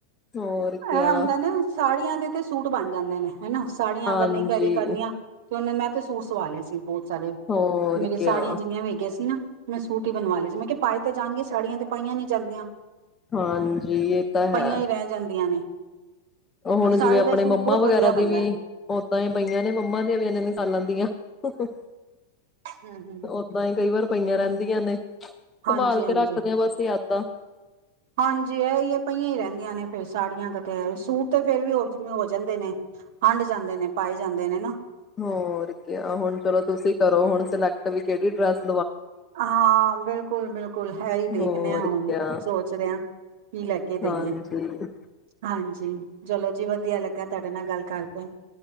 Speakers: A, on the left; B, on the right.
A: ਹੋਰ ਕਿਆ
B: ਇਹ ਹੁੰਦਾ ਨਾ ਸਾੜੀਆਂ ਦੇ ਤੇ ਸੂਟ ਬਣ ਜਾਂਦੇ ਨੇ ਹਨਾ ਸਾੜੀਆਂ
A: ਹਾਂਜੀ
B: ਅਗਰ ਨਹੀਂ ਕੈਰੀ ਕਰਨੀਆਂ ਤੇ ਉਹੇ ਮੈਂ ਤੇ ਸੂਰ ਸਵਾ ਲਿਆ ਸੀ ਬਹੁਤ ਸਾਰੇ
A: ਹੋਰ
B: ਮੇਰੀ
A: ਕਿਆ
B: ਸਾੜੀਆਂ ਜਿੰਨੀਆਂ ਵੇਗੀਆਂ ਸੀ ਨਾ ਮੈਂ ਸੂਟ ਬਣਵਾ ਲ ਲਈ ਸੀ ਮੈਂ ਕਿਹਾ ਪਾਏ ਤੇ ਜਾਣਗੇ ਸਾੜੀਆਂ ਤੇ ਪਾਈਆਂ ਨੀ ਜਾਂਦੀਆਂ
A: ਹਾਂਜੀ ਇਹ ਤਾਂ
B: ਪਈਆਂ
A: ਹੈ
B: ਹੀ ਰਹਿ ਜਾਂਦੀਆਂ ਨੇ
A: ਉਹ ਹੁਣ
B: ਔਰ ਸਾੜੀ
A: ਜਿਵੇਂ ਆਪਣੇ
B: ਦਾ ਸੂਟ
A: ਮੰਮਾ
B: ਬਹੁਤ
A: ਵਗੈਰਾ
B: ਵਧੀਆ ਬਣਦਾ
A: ਦੀ ਵੀ ਦਾਂ ਹੀ ਪਈਆਂ ਨੇ ਮੰਮਾ ਦੀਆਂ ਵੀ ਇਨ ਸਾਲਾਂ ਦੀਆਂ ਹੋ
B: ਹਮ ਹਮ
A: ਓਦਾਂ ਹੀ ਕਈ ਵਾਰ ਪਈਆਂ ਰਹਿੰਦੀਆਂ ਨੇ ਸੰਭਾਲ
B: ਹਾਂਜੀ
A: ਕੇ
B: ਹਾਂਜੀ
A: ਰੱਖਦੇ ਆਾਂ ਬਸ ਇੱਦਾਂ
B: ਹਾਂਜੀ ਇਹ ਇਹ ਪਹੀਆਂ ਹੀ ਰਹਿੰਦੀਆਂ ਨੇ ਫਿਰ ਸਾੜੀਆਂ ਕਤੇ ਸੂਟ ਤੇ ਫੇਰ ਵੀ ਹੋ ਹੋ ਜਾਂਦੇ ਨੇ ਹੰਡ ਜਾਂਦੇ ਨੇ ਪਾਏ ਜਾਂਦੇ ਨੇ ਨਾ
A: ਹੋਰ ਕੇ, ਹੁਣ ਚਲੋ ਤੁਸੀਂ ਕਰੋ ਹੁਣ ਸਲੈਕਟ ਤਾਵੀ ਕਿਹੜੀ ਡਰੱਸ
B: ਹਾਂ ਬਿਲਕੁਲ ਬਿਲਕੁਲ ਹੈ ਹੀ ਦੇਖਦੇ
A: ਹੋਰ
B: ਹ
A: ਕਿਆ
B: ਹੁਣ ਸੋਚ ਰਿਹਾ ਕੀ ਲੈ ਕੇ ਦੇਈਏ
A: ਹਾਂਜੀ
B: ਹਾਂਜੀ ਚਲੋ ਜੀ ਵਧੀਆ ਲੱਗਾ ਤੁਹਾਡੇ ਨਾਲ ਗੱਲ ਕਰਕੇ